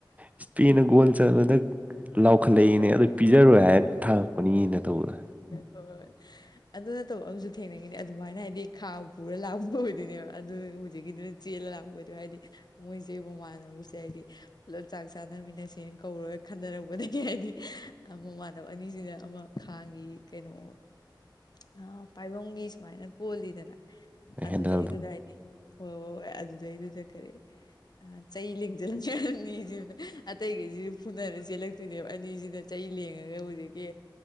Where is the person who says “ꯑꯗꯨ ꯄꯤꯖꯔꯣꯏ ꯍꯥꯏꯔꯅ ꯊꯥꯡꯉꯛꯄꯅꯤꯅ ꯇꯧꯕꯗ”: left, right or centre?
Right